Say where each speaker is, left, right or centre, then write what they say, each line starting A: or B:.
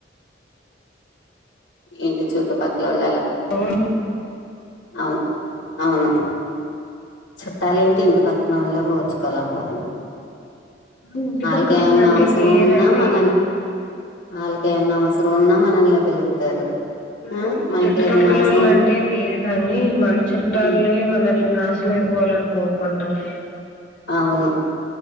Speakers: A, on the left (about 85°); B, on the left (about 60°).
A: ఇంటి చుట్టుపక్కలోలు అలాగా
B: ఏ
A: హ్మ్ మ్మ్ చుట్టాలు ఏంటి ఇంటి పక్కనోళ్లేే ఓర్చుకోలేకపోతున్నారు
B: ఇప్పుడు ఇంటి
A: వాళ్ళకి
B: పక్కన
A: ఏమన్నా
B: వాళ్ళంటే
A: అవసరం
B: వేరండి
A: ఉన్నా మనని వాళ్ళకి ఏమన్నా అవసరం ఉన్నా మనల్నే పిలుత్తారు
B: ఊహూ
A: ఆ మనకి
B: చుట్టుపక్కలొల్లు
A: ఏదన్నా అవసరం
B: అంటే వేరుగాని మన చుట్టాల్లె
A: ఉం
B: మనల్ని నాశ శనమై పోవాలని కోరుకుంటారు
A: అవును